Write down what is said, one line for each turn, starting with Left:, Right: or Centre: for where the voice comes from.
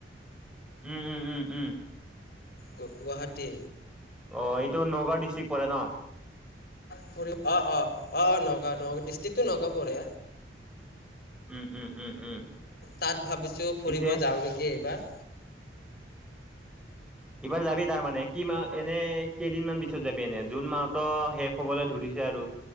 Centre: উম উম উম উম
Left: গ গুৱাহাটী
Centre: অ এইটো নগাঁও ডিষ্ট্ৰিক্ট পৰে ন
Left: ফ অ অ অ অ নগাঁ নগা ডৃষ্টিকটো নগা পঢৰে
Centre: উম উম উম, উম।
Left: তাত ভাবিছোঁ
Centre: পিছে
Left: ফুৰিব যাওঁ নেকি এইবাৰ
Centre: এইবাৰ যাবি তাৰমানানে কি মাহ এনে কেইদিনমান পিছত যাবি এনে জুন মাহতো শেষ হবলৈ ধৰিছে আৰু